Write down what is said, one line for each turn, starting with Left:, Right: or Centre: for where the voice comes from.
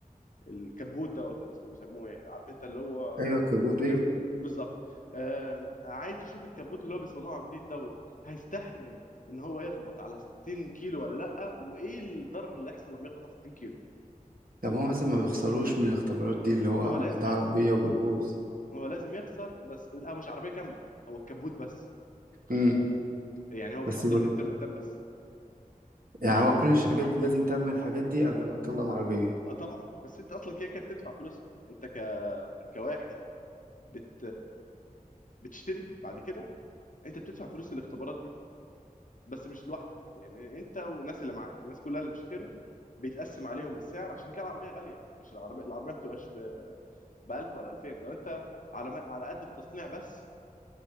Left: الكبوت دوت اللي اسمه بيسموه ايه عارف انت اللي هو
Right: ايوه الكبوت
Left: البفت
Right: ايوه
Left: بالظبط آم، عايز يشوف الكبوت اللي هو بيصنعه جديد دوت هيستحمل ان هو يخبط على 60 كيلو ولا لا وايه الضرر اللي يحصل لما يخبط على 60 كيلو
Right: طب هو مثلا ما بيخسروش من الاختبارات دي اللي هو
Left: ما هو لازم
Right: ده
Left: يحصل
Right: عربية وبتبوظ
Left: ما هو لازم يخسر بس لا هو مش عربيه كامله هو الكبوت بس
Right: امم
Left: يعني هو بيحط
Right: بس بر-
Left: له حته لقدام بس
Right: يعني هو كل الشركات دي لازم تعمل الحاجات دي قبل ما تطلع العربية
Left: اه طبعا بس انت اصلا كده كده بتدفع فلوسها انت ك... كواحد بت بتشتري بعد كده انت بتدفع فلوس الاختبارات دي بس مش لوحدك يعني انت والناس اللي معاك الناس كلها اللي بيشتروا بيتقسم عليهم السعر عشان كده العربيه غاليه مش العربيه العربيه ما بتبقاش ب 1000 ولا 2000 لو انت على ما... على قد التصنيع بس